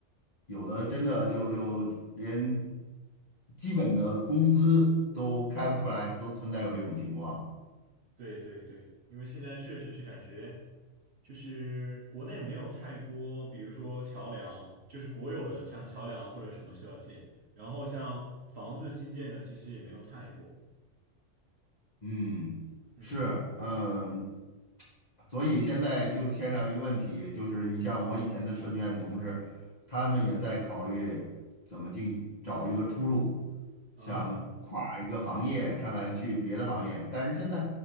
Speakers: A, on the left; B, on the right.
A: 有的真的就就连基本的工资都开不出来，都存在有这种情况。
B: 对对对，因为现在确实是感觉，就是国内没有太多，比如说桥梁，就是国有的，像桥梁或者什么需要建，然后像房子新建的其实也没有太多。
A: 嗯，
B: 嗯，
A: 是，嗯，所以现在就牵上一个问题，就是你像我以前的设计院同志，他们也在考虑怎么进找一个出路，
B: 啊，
A: 想跨一个行业，看看去别的行业。但是现在